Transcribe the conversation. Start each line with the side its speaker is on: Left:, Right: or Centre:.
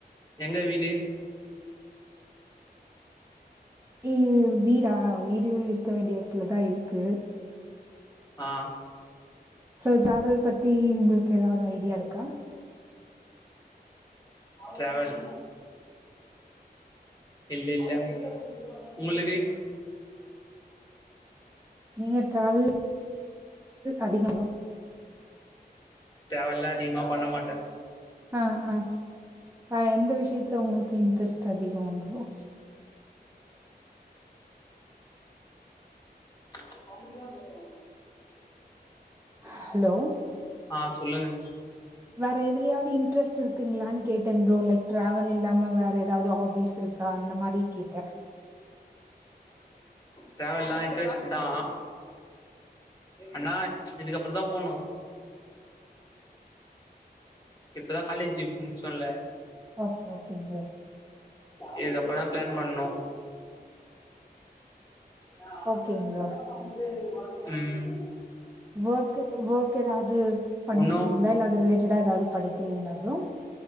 Left: எங்க வீடு
Right: இ வீடா வீடு இருக்க வேண்டிய எடத்துலதா இருக்கு
Left: ஆ
Right: சோ ட்ராவல் பத்தி உங்களுக்கு ஏதாவது ஐடியா இருக்கா
Left: ட்ராவல் இல்ல இல்ல உங்களுக்கு
Right: நீங்க ட்ராவல் அதிக
Left: ட்ராவல்லா அதிகமா பண்ண மாட்ட
Right: ஆ ஆ வேற எந்த விஷ்யத்துல உங்களுக்கு இன்ட்ரெஸ்ட் அதிகோ ப்ரோ
Left: <inaudible>
Right: ஹலோ
Left: ஆ சொல்லுங்க
Right: வேற எதுலயாவது இன்ட்ரெஸ்ட் இருக்குங்ளான் கேட்டேன் ப்ரோ லைக் ட்ராவல் இல்லாம வேற ஏதாவ்து ஆபிஸ் இருக்கா அந்த மாரி கேட்ட
Left: ட்ராவல்லா இன்ட்ரஸ்ட் தா அண்ணா இதுக்கப்றோ தா போனு இப்பதா காலேஜு முட்சோல்ல
Right: ஓகே ஓகேங் ப்ரோ
Left: இதுக்கப்றோ தா ப்ளான் பண்னு ம்
Right: ஓகேங் ப்ரோ வெர்க் வெர்க் எதாவ்து பண்ணிட்ருக்கீங்களா
Left: ஒன்னு
Right: இல்ல அது ரிலேட்டடா எதாவது படிக்கிறீங்களா ப்ரோ